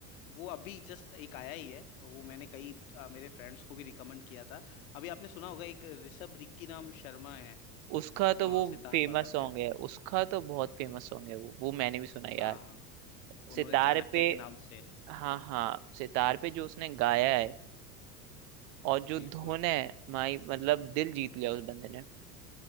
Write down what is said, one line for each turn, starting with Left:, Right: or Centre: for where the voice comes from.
Left: वो अभी जस्ट एक आया ही है वो मैंने कई आ, मेरे फ्रेंड्स को भी रिकमेंड किया था अभी आपने सुना होगा एक ऋषभ रिक्की नाम शर्मा है
Right: उसका तो
Left: आ,
Right: वो
Left: सितार
Right: फेमस
Left: वादक
Right: सॉन्ग
Left: है
Right: है उसका तो बहुत फेमस सॉन्ग है वो वो मैंने भी सुना
Left: हाँ
Right: यार
Left: उन्होंने
Right: सितार
Left: चाणक्य
Right: पे
Left: के नाम से
Right: हाँ हाँ सितार पे जो उसने गाया है और जो
Left: बिल्कुल
Right: धुन है माई मतलब दिल जीत लिया उस बंदे ने